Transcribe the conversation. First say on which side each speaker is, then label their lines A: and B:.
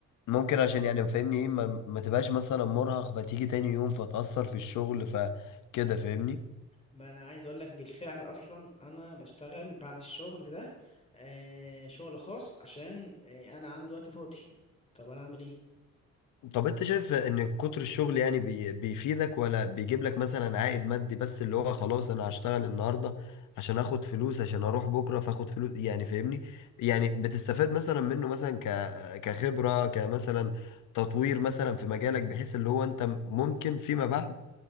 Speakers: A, on the left; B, on the left.
A: ممكن عشان يعني فاهمني ايه ما, ما تبقاش مثلا مرهق فتيجي تاني يوم فتأثر في الشغل فكده فاهمني
B: ما انا عايز اقول لك بالفعل اصلا انا بشتغل بعد الشغل ده آه شغل خاص عشان آه انا عندي وقت فاضي طب انا اعمل ايه
A: طب انت شايف ان كتر الشغل يعني بي بيفيدك ولا بيجيب لك مثلا عائد مادي بس اللي هو خلاص انا هشتغل النهارده عشان اخد فلوس عشان اروح بكره فاخد فلوس يعني فاهمني يعني بتستفاد مثلا منه مثلا ك كخبرة كمثلا تطوير مثلا في مجالك بحيث اللي هو انت ممكن فيما بعد